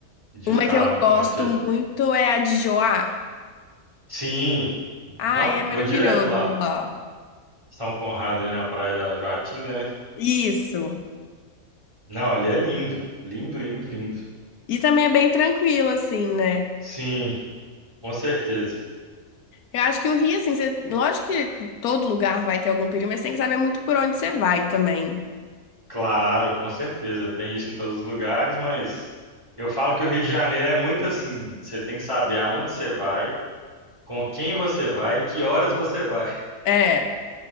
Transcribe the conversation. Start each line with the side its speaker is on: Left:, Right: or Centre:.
Right: de
Left: Uma
Right: ficar
Left: que eu
Right: lá
Left: gosto
Right: no ponte ali.
Left: muito é a de Joá.
Right: Sim, nó,
Left: Ai, é
Right: vou
Left: maravilhoso
Right: direto lá.
Left: lá.
Right: São Conrado ali na Praia da Joatinga, né?
Left: Isso.
Right: Não, ali é lindo. Lindo, lindo, lindo.
Left: E também é bem tranquilo, assim, né?
Right: Sim, com certeza.
Left: Eu acho que o Rio, assim, você- lógico que todo lugar vai ter algum perigo, mas você tem que saber muito por onde você vai também.
Right: Claro, com certeza. Tem isso em todos os lugares, mas eu falo que o Rio de Janeiro é muito assim. Você tem que saber aonde você vai, com quem você vai e que horas você vai.
Left: É.